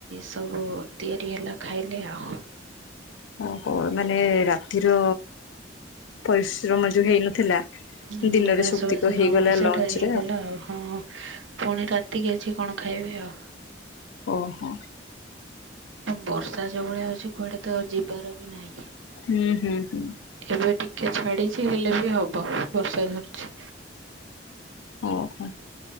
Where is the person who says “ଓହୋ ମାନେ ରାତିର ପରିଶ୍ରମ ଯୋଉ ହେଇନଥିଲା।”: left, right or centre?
Left